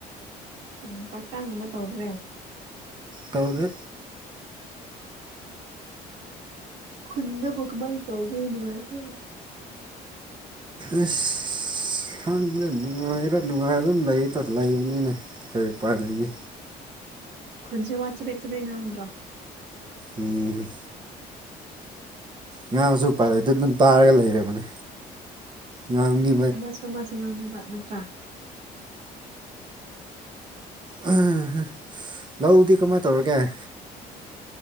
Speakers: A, on the right; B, on the right.
A: ꯑꯣ ꯄꯇꯥꯟꯒꯨꯝꯕ ꯇꯧꯗ꯭ꯔꯦ
B: ꯇꯗꯤ
A: ꯈꯨꯟ ꯒ ꯃꯥꯥꯏ ꯇꯒꯦ ꯅꯨꯅꯨꯡꯉꯥꯏꯕ
B: ꯑꯁ ꯈꯪꯕꯗ ꯅꯨꯡꯉꯥꯏꯔꯥ ꯅꯨꯡꯉꯥꯏꯔ ꯑꯗꯨꯝ ꯂꯩ ꯂꯩꯕꯅꯤꯅ ꯀꯣꯏ ꯄꯥꯏ ꯂꯩꯅꯤ
A: ꯈꯨꯟꯁꯨꯦ ꯋꯥꯠ ꯆꯦꯠ ꯆꯦꯄꯦꯠ ꯉꯥꯡꯗ꯭ꯔꯣ
B: ꯎꯝ ꯉꯥꯡꯁꯨ ꯄꯥꯏꯂꯦꯠꯇꯨ ꯑꯗꯨꯝ ꯇꯥꯔꯒ ꯂꯩꯔꯕꯅꯦ ꯉꯥꯡꯅꯤ
A: ꯑꯃꯁꯨ ꯑꯃꯁꯨ ꯉꯥꯡꯅꯕ ꯅꯠꯇ꯭ꯔꯥ
B: ꯎꯝ ꯂꯧꯗꯤ ꯀꯃꯥꯏꯅ ꯇꯧꯔꯒꯦ